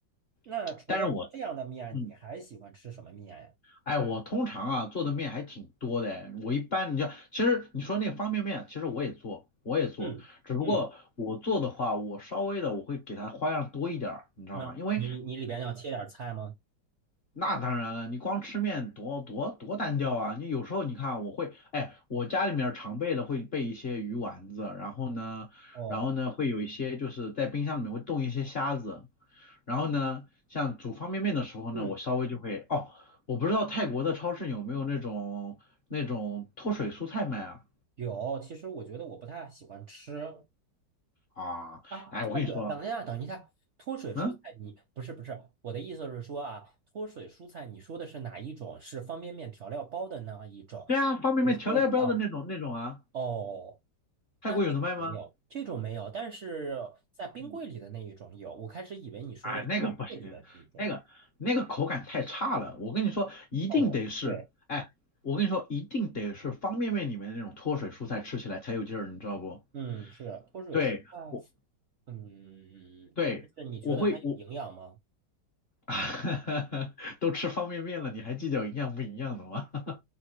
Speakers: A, on the right (about 60°); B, on the left (about 45°).
A: 那除了这样的面，
B: <clears throat> 但是我嗯
A: 你还喜欢吃什么面呀？
B: 哎我通常啊做的面还挺多的哎，我一般你知道其实你说那个方便面，其实我也做我也做，
A: 嗯嗯，
B: 只不过我做的话我稍微的我会给它花样多一点儿，你知道吗？
A: 那你你里边要切点菜吗？
B: 因为那当然了，你光吃面多多多单调啊！你有时候你看，我会，哎，我家里面儿常备的会备一些鱼丸子，然后呢，
A: 哦，
B: 然后呢会有一些就是在冰箱里面会冻一些虾子，然后呢，像煮方便面的时候呢，
A: 嗯，
B: 我稍微就会，哦，我不知道泰国的超市有没有那种那种脱水蔬菜卖啊？
A: 有。其实我觉得我不太喜欢吃，
B: 啊，
A: 啊，
B: 哎，
A: 脱水，
B: 我跟你说，
A: 等一下，等一下，脱水蔬菜你，
B: 嗯，
A: 不是不是，我的意思是说啊，脱水蔬菜，你说的是哪一种？是方便面调料包的那一种？
B: 对啊，方便面调料包的那种那种啊，
A: 是说像哦，
B: 泰国有的卖吗？
A: 那这个没有，这种没有，但是在冰柜里的那一种有。
B: 嗯。
A: 我开始以为你说的是柜里的那一种。
B: 哎，那个不行，那个那个口感太差了。我跟你说，一定得是，
A: 哦，对，
B: 哎，我跟你说，一定得是方便面里面的那种脱水蔬菜，吃起来才有劲儿，你知道不？
A: 嗯，是脱水蔬菜，
B: 对，我
A: 嗯，
B: 对我会我
A: 但是你觉得它有营养吗？
B: <laughs> 都吃方便面了，你还计较营养不营养的吗？<laughs>